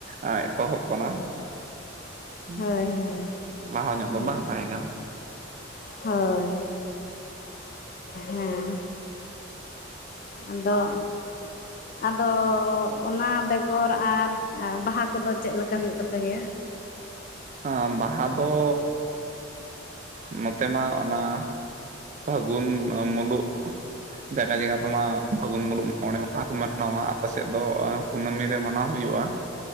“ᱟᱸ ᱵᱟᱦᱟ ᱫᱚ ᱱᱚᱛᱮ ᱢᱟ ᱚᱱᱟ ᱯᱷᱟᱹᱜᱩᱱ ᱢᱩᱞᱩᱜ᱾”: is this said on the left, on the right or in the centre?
Right